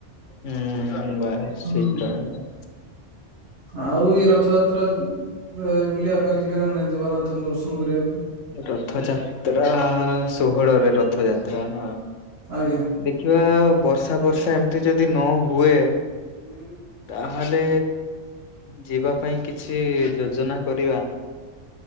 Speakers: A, on the left (about 85°); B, on the right (about 55°).
A: ହୁଁ ବାସ୍
B: ହୁଁ।
A: ସେଇ ଏକା କଥା
B: ଆଉ ଇଏ ରଥଯାତ୍ରା ରେ ବୁଲିବା ପାଇଁ ଯିବେ ନା ନାଇଁ ଜଗନ୍ନାଥଙ୍କୁ ଦର୍ଶନ କରିବା ପାଇଁ?
A: ରଥଯାତ୍ରା ଷୋହଳରେ ରଥଯାତ୍ରା ନା
B: ଆଜ୍ଞା।
A: ଦେଖିବା ବର୍ଷା ବର୍ଷା ଏମିତି ଯଦି ନ ହୁଏ
B: ହୁଁ
A: ତାହେଲେ ଯିବା ପାଇଁ କିଛି ଯୋଜନା କରିବା